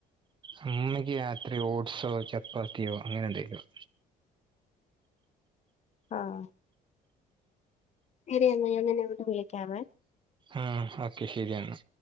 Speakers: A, on the right; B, on the left.
A: അമ്മൂമയ്ക്ക് രാത്രി ഓട്സോ ചപ്പാത്തിയോ അങ്ങനെ എന്തെലും
B: ആഹ് ശരിയെന്നാ ഞാൻ നിന്നെ അങ്ങോട്ട് വിളിക്കാവെ
A: ഉം ഓക്കെ ശരിയന്നാ